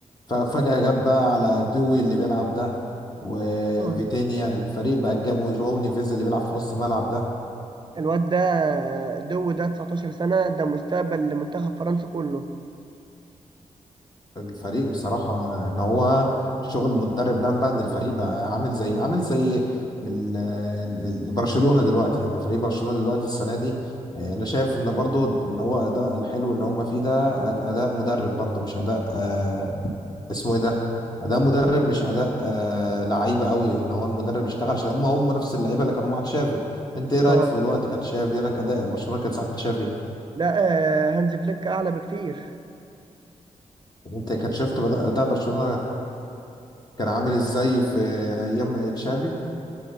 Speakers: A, on the left; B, on the right.
A: ففجاه جاب بقى على دوي اللي بيلعب ده وفيتينيا
B: اه
A: الفريق بقى جاب وجواو نيفيز اللي بيلعب في نص الملعب ده
B: الواد ده دو ده 19 سنة ده مستقبل لمنتخب فرنسا كله
A: الفريق بصراحة ان هو شغل المدرب بان بان الفريق بقى عامل زي عامل زي ال- ال- برشلونة دلوقتي يعني فريق برشلونة دلوقتي السنة دي آه، انا شايف ان برضو اللي هو اداء الحلو اللي هم فيه ده أد- اداء مدرب برضو مش اداء آه، اسمه ايه ده اداء مدرب مش اداء آه، لعيبة قوي ان هو المدرب اشتغل عشان هم هم نفس اللعيبة اللي كانوا مع تشافي انت ايه رايك
B: اه
A: في الوقت كانت تشافي ايه رايك اداء برشلونة كان ساعة تشافي
B: لا آه، هانز فليك أعلى بكتير
A: انت كنت شفت بدأ- اداء برشلونة كان عامل ازاي في ايام تشافي